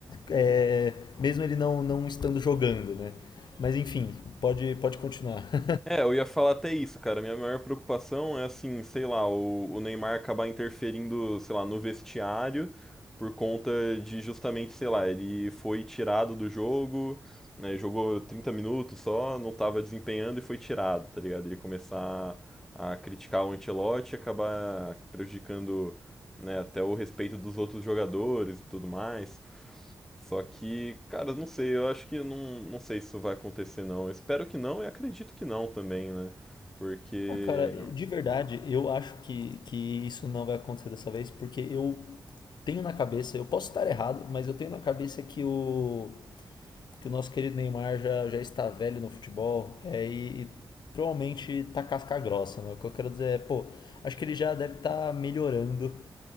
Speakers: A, on the left (about 70°); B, in the centre.
A: é, mesmo ele não, não estando jogando, né? Mas enfim, pode, pode continuar. <laughs>
B: É, eu ia falar até isso, cara. Minha maior preocupação é assim, sei lá, o, o Neymar acabar interferindo, sei lá, no vestiário por conta de justamente, sei lá, ele foi tirado do jogo, né, jogou 30 minutos só, não estava desempenhando e foi tirado, tá ligado? Ele começar a criticar o Ancelotti e acabar prejudicando, né, até o respeito dos outros jogadores e tudo mais. Só que, cara, não sei, eu acho que não, não sei se isso vai acontecer não. Eu espero que não e acredito que não também, né? Porque
A: ah, cara, de verdade, eu acho que, que isso não vai acontecer dessa vez, porque eu tenho na cabeça, eu posso estar errado, mas eu tenho na cabeça que o, que o nosso querido Neymar já, já está velho no futebol é, e, e provavelmente tá casca grossa, né? O que eu quero dizer é, pô, acho que ele já deve estar melhorando